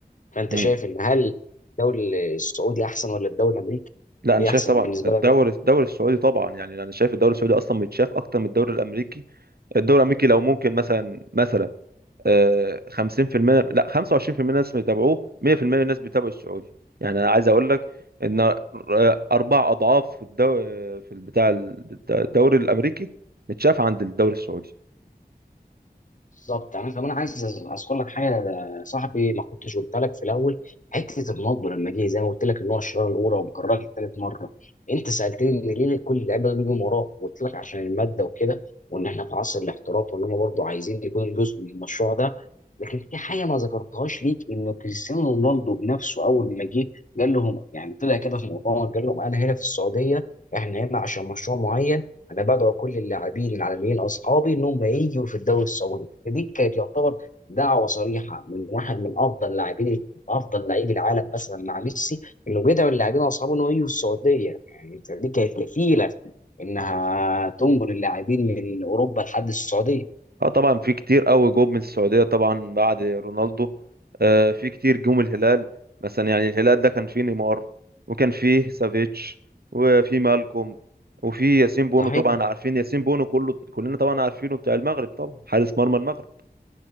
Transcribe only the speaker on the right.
مم.
لا أنا
شايف
طبعا
الدوري
الدوري السعودي طبعا يعني أنا شايف الدوري السعودي أصلا بيتشاف أكتر من الدوري الأمريكي الدوري الأمريكي لو ممكن مثلا مثلا آه، 50% لا 25% الناس بيتابعوه 100% الناس بيتابعوا السعودي يعني أنا عايز أقول لك إن آه، أربع أضعاف في الدوري في البتاع الدوري الأمريكي متشاف عند الدوري السعودي
اه طبعا في كتير قوي جوب من السعودية طبعا بعد رونالدو آه في كتير جم الهلال مثلا يعني الهلال ده كان فيه نيمار وكان فيه سافيتش وفي مالكوم وفي ياسين بونو
طبعا عارفين ياسين بونو كله كلنا طبعا عارفينه بتاع المغرب طبعا حارس مرمى المغرب